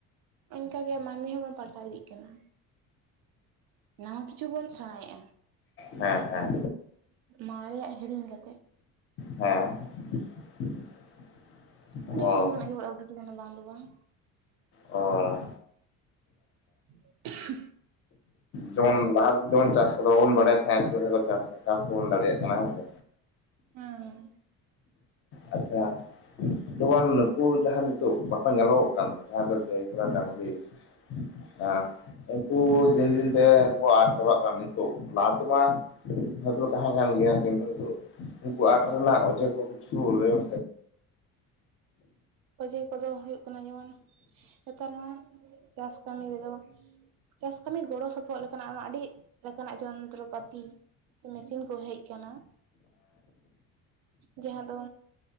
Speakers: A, on the right (about 80°); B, on the left (about 40°).
A: ᱚᱱᱠᱟᱜᱮ ᱢᱟᱹᱱᱢᱤ ᱦᱚᱸᱵᱚᱱ ᱯᱟᱞᱴᱟᱣ ᱤᱫᱤᱜ ᱠᱟᱱᱟ ᱱᱟᱣᱟ ᱠᱤᱪᱷᱩ ᱵᱚᱱ ᱥᱮᱬᱟᱭ-ᱟ
B: ᱦᱮᱸ ᱦᱮᱸ
A: ᱢᱟᱨᱮᱭᱟᱜ ᱦᱮᱲᱤᱧ ᱠᱟᱛᱮ
B: ᱦᱮᱸ <inaudible>
A: ᱟᱹᱰᱤ
B: ᱚ
A: ᱠᱤᱪᱷᱩ ᱠᱷᱚᱱᱟᱜ ᱜᱮᱵᱚᱱ ᱟᱯᱰᱮᱴ ᱟᱠᱟᱱᱟ ᱵᱟᱝ ᱫᱚ ᱵᱟᱝ
B: ᱚ
A: <inaudible>
B: ᱡᱮᱢᱚᱱ ᱞᱟᱦᱟ ᱡᱮᱢᱚᱱ ᱪᱟᱥ ᱠᱚᱫᱚ ᱵᱟᱵᱚᱱ ᱵᱟᱲᱟᱭ ᱛᱟᱦᱮᱸᱜ ᱪᱮᱫ ᱞᱮᱠᱟ ᱪᱟᱥ, ᱪᱟᱥ ᱠᱚᱵᱚᱱ ᱫᱟᱲᱮᱭᱟᱜ ᱠᱟᱱᱟ ᱦᱮᱸᱥᱮ
A: ᱦᱮᱸ
B: ᱟᱪᱪᱷᱟ ᱡᱮᱢᱚᱱ ᱱᱩᱠᱩ ᱡᱟᱦᱟᱸ ᱱᱤᱛᱚᱜ ᱵᱟᱠᱚ ᱧᱮᱞᱚᱜᱚᱜ ᱠᱟᱱ ᱡᱟᱦᱟᱸ ᱫᱚ ᱜᱟᱹᱭ ᱠᱟᱰᱟ ᱰᱟᱝᱨᱤ ᱦᱮᱸ ᱩᱱᱠᱩ ᱫᱤᱱ ᱫᱤᱱ ᱛᱮ ᱩᱱᱠᱩ ᱟᱫ ᱪᱟᱵᱟᱜ ᱠᱟᱱᱟ ᱱᱤ ᱛᱚᱜ, ᱞᱟᱦᱟ ᱛᱮᱢᱟ ᱦᱳᱭᱛᱳ ᱠᱚ ᱛᱟᱦᱮᱸ ᱠᱟᱱ ᱜᱮᱭᱟ ᱠᱤᱱᱛᱩ ᱱᱤᱛᱚᱜ ᱩᱱᱠᱩ ᱟᱫ ᱨᱮᱱᱟᱜ ᱚᱡᱮ ᱠᱚ ᱠᱤᱪᱷᱩ ᱞᱟᱹᱭ <unintelligible>
A: ᱚᱡᱮ ᱠᱚᱫᱚ ᱦᱩᱭᱩᱜ ᱠᱟᱱᱟ ᱡᱮᱢᱚᱱ ᱱᱮᱛᱟᱨ ᱱᱚᱣᱟ ᱪᱟᱥ ᱠᱟᱹᱢᱤ ᱨᱮᱫᱚ ᱪᱟᱥ ᱠᱟᱹᱢᱤ ᱜᱚᱲᱚ ᱥᱚᱯᱚᱦᱚᱫ ᱞᱮᱠᱟᱱᱟᱜ ᱟᱴᱟᱜ ᱟᱹᱰᱤ ᱞᱮᱠᱟᱱᱟᱜ ᱡᱚᱱᱛᱚᱨᱚᱯᱟᱛᱤ ᱥᱮ ᱢᱮᱥᱤᱱ ᱠᱚ ᱦᱮᱡ ᱠᱟᱱᱟ ᱡᱟᱦᱟᱸ ᱫᱚ